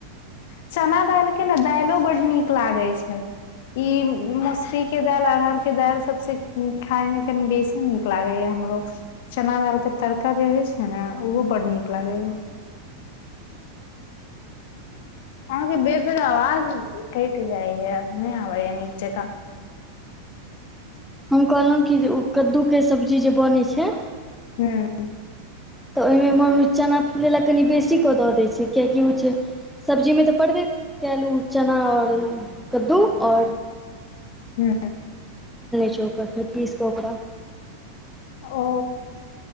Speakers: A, on the left; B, in the centre.
A: चना दालि के ने दायलो बड नीक लागे छै इ मसुरी के दालि अरहर के दालि सबस खाय में कनि बेसी नीक लागे या हमरो चना दाल के तड़का जे होय छै ने उहो बड नीक लागे या अहाँ के बेर बेर आवाज कटि जाय ये नहि आबैय निक जकाँ
B: हम कहलहुँ कि जे ओ कद्दूके सब्जी जे बनैत छै
A: हँ
B: तऽ ओहिमे ‌मम्मी चना फूलय लए कनि बेसीे कऽ दऽ दैत छै कियकि ओ छै सब्जीमे तऽ पड़बे केल चना आओर कद्दू आओर
A: हू
B: चोक फेर पीस को ओकड़ा
A: ओ